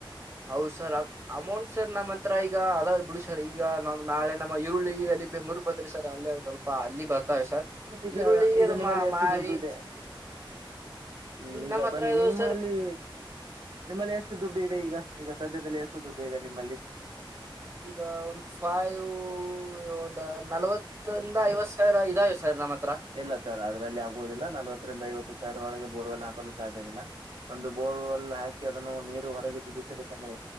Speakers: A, on the right; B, on the right.
A: ಹೌದು ಸರ್ ಅಮೌಂಟ್ ಸರ್ ನಮ್ಮತ್ ತ್ರ ಈಗ ಅದಾವ್ ಬಿಡಿ ಸರ್ ಈಗ ನಮ್ ನಾಳೆ ನಮ್ಮ ಈರುಳ್ಳಿ ಅಲ್ಲಿ ಬೆಂಗಳೂರಿಗೆ ಬಂದ್ರೆ ಸರ್ ಅಲ್ಲೆ ಸ್ವಲ್ ಅಲ್ಲಿ ಬರ್ತಾವೆ ಸರ್
B: ಈಗ
A: ಈರುಳ್ಳಿ
B: ಈಗ
A: ಅದು
B: ನಿಮ್ಮಲ್ಲಿ
A: ಮಾ
B: ಎಷ್ಟು
A: ಮಾರಿ
B: ದುಡ್ಡು ಇದೆ ಹ್ಮ್ ಈಗ
A: ನಮ್ಮ ಹತ್ರ
B: ಬನ್ನಿ
A: ಇದು
B: ನಿಮ್ಮ
A: ಸರ್
B: ಲ್ಲಿ ನಿಮ್ಮಲ್ಲಿ ಎಷ್ಟು ದುಡ್ಡು ಇದೆ ಈಗ ಈಗ ಸದ್ಯದಲ್ಲಿ ಎಷ್ಟು ದುಡ್ಡು ಇದೆ ನಿಮ್ಮಲ್ಲಿ
A: ಈಗ ಒಂದು ಫೈವ್ ಒಂದ್ ನಲವತ್ ತ್ತಿಂದ ಐವತ್ತು ಸಾವಿರ ಇದಾವೆ ಸರ್ ನಮ್ಮತ್ರ
B: ಇಲ್ಲ ಸರ್ ಅದರಲ್ಲಿ ಆಗುವುದಿಲ್ಲ ನಲವತ್ತರಿಂದ ಐವತ್ತು ಸಾವಿರ ಒಳಗೆ ಬೋರ್ವೆಲ್ ಹಾಕಲು ಸಾಧ್ಯವಿಲ್ಲ. ಒಂದು ಬೋರ್ವೆಲ್ ಹಾಕಿ ಅದನ್ನು ನೀರು ಹೊರಗೆ ಜಿಗಿಸಬೇಕಂದ್ರೆ